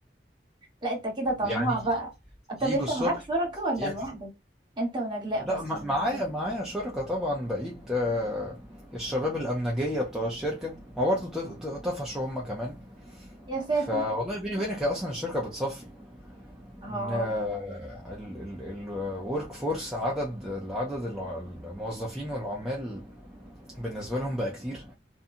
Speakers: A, on the right; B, in the centre.
A: لا انت كده طماع
B: يعني
A: بقى طب
B: يجوا
A: انت
B: الصبح
A: معاك شركة ولا
B: ياكل
A: لوحدك انت ونجلاء بس
B: لا ما- معايا معايا شركه طبعا بقيت آه، الشباب الامنجيه بتوع الشركه ما برضه طف- طفشوا هم كمان
A: يا ساتر
B: فوالله بيني وبينك هي اصلا الشركه بتصفي
A: اه
B: ان الورك فورس عدد العدد الع- الموظفين والعمال بالنسبه لهم بقى كتير